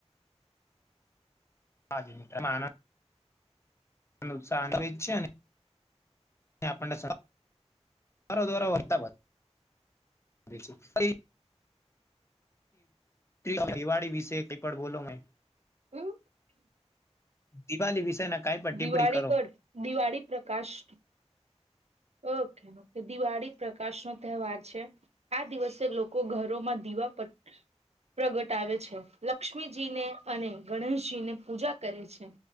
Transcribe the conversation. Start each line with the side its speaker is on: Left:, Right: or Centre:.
Left: હા <inaudible> આનુ સાન્ડવીચ છે ને. આપણને <inaudible> સરો દરો વર્તાવ દ <inaudible> દિવાળી વિશે કઈ પણ બોલો મેં.
Right: હું.
Left: દિવાળી વિષે ના કાઈ પણ ટીપ્પણી
Right: દિવાળી
Left: કરો.
Right: પર દિવાળી પ્રકાશ. ઓકે ઓકે દિવાળી પ્રકાશ નો તહેવાર છે. આ દિવસે લોકો ઘરોમાં દીવા પ. પ્રગટાવે છે લક્ષ્મીજીને અને ગણેશજી ને પૂજા કરે છે.